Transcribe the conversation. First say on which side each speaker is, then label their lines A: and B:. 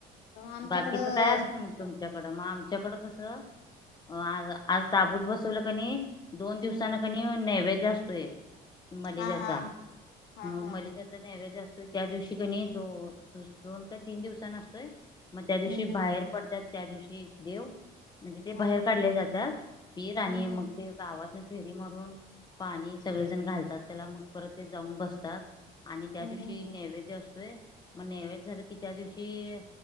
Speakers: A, on the left; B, on the left.
A: आमच्याकडं
B: बाकीच काय असते मग तुमच्याकडं मग आमच्याकडं कसं आज आज ताबूत बसवलं कणी दोन दिवसान
A: हम्म
B: क नैवेद त मलदचा
A: हा हा हा
B: मग
A: हा
B: मलदचा नैवज असतोय त्या दिवशी कानय तो दोन का तीन दिवसांना असतोय मग त्या दिवशी
A: हम्म हम्म
B: बाहेर पडतात त्या दिवशी देव म्हणजे ते बाहेर
A: हा हा
B: काढले जातात पीर आणि
A: हम्म
B: मग
A: हम्म
B: ते गावात फेरी मारून पाणी सगळे जण घालतात त्याला मग परत ते जाऊन बसतात आणि त्या
A: हम्म
B: दिवशी
A: हम्म
B: नैवेद्य असतोय मग नैवेद्य झालं की त्या दिवशी